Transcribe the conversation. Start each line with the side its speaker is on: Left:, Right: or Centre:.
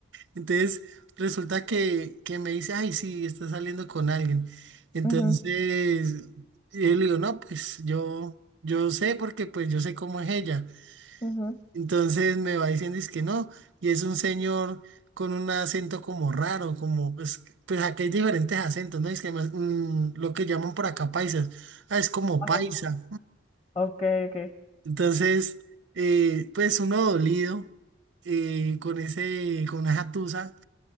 Right: Entonces, resulta que, que me dice, ay, sí, está saliendo con alguien. Entonces,
Left: Ujú,
Right: yo le digo, no, pues yo, yo sé porque pues yo sé cómo es ella.
Left: ujú,
Right: Entonces me va diciendo es que no, y es un señor con un acento como raro, como pues, pues aquí hay diferentes acentos, ¿no? Es que más, mm, lo que llaman por acá paisas, ah, es como
Left: Ajá.
Right: paisa.
Left: Ok, ok. <gasps>
Right: Entonces, eh, pues uno dolido eh, con ese, con esa tusa,